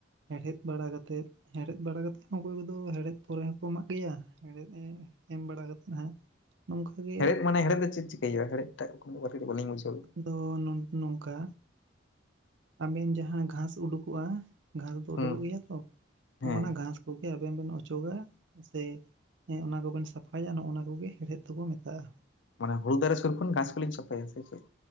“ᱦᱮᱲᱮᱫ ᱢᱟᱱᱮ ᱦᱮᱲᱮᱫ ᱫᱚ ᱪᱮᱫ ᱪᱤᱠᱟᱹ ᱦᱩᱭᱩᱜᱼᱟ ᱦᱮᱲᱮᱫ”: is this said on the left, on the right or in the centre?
Left